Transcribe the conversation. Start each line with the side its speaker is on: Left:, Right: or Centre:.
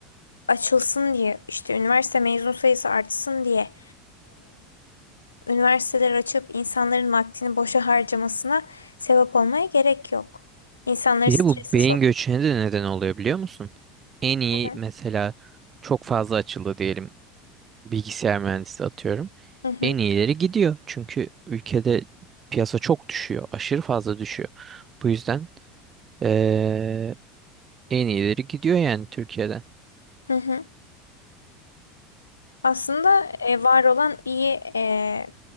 Left: açılsın diye işte üniversite mezun sayısı artsın diye Üniversiteler açıp insanların vaktini boşa harcamasına sebep olmaya gerek yok. İnsanları
Right: Bir
Left: strese
Right: de bu beyin
Left: sok.
Right: göçüne de neden oluyor biliyor musun? En iyi
Left: Hı hı.
Right: mesela çok fazla açıldı diyelim bilgisayar mühendisi atıyorum.
Left: Hı hı.
Right: En iyileri gidiyor. Çünkü ülkede piyasa çok düşüyor. Aşırı fazla düşüyor. Bu yüzden eee, en iyileri gidiyor yani Türkiye'den.
Left: Hı hı. Aslında e, var olan iyi e,